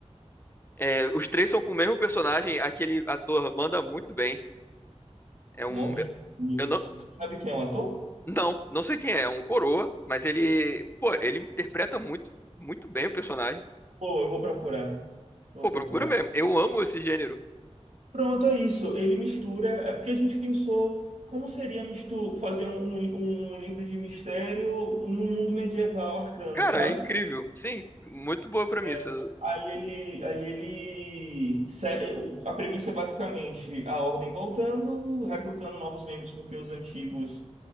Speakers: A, on the left; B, on the right.
A: É, os três são com o mesmo personagem. Aquele ator manda muito bem. É um,
B: Monstro.
A: eu não,
B: Sabe quem é o ator?
A: não, não sei quem é. É um coroa, mas ele, pô, ele interpreta muito, muito bem o personagem.
B: Pô, eu vou procurar. Vou
A: Pô,
B: procurar.
A: procura mesmo. Eu amo esse gênero.
B: Pronto, é isso. Ele mistura. É porque a gente pensou como seria mistu fazer um, um, um um livro de mistério no mundo medieval arcano,
A: Cara,
B: sabe?
A: é incrível. Sim, muito boa premissa.
B: É, aí ele, aí ele, se- é, o- a premissa é basicamente a ordem voltando, recrutando novos membros porque os antigos